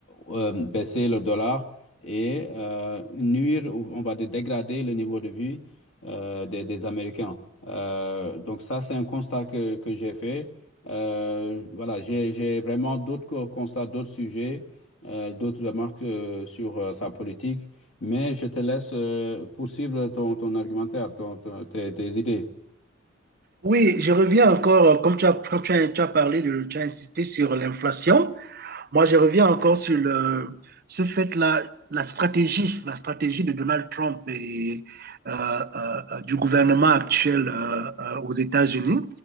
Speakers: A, on the left (about 70°); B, on the right (about 50°).
A: euh, baisser le dollar et euh, nuire, ou on va dire dégrader le niveau de vie euh, des, des Américains. Euh, donc, ça, c'est un constat que, que j'ai fait. Euh, voilà, j'ai, j'ai vraiment d'autres co- constats, d'autres sujets, euh, d'autres remarques euh, sur euh, sa politique. Mais je te laisse euh, poursuivre ton, ton argumentaire, ton- ton- tes, tes idées.
B: Oui, je reviens encore, euh, comme tu as, quand tu as, tu as parlé, de, tu as insisté sur l'inflation. Moi, je reviens encore sur le, ce fait-là, la stratégie, la stratégie de Donald Trump et euh, euh, euh, du gouvernement actuel euh, euh, aux États-Unis.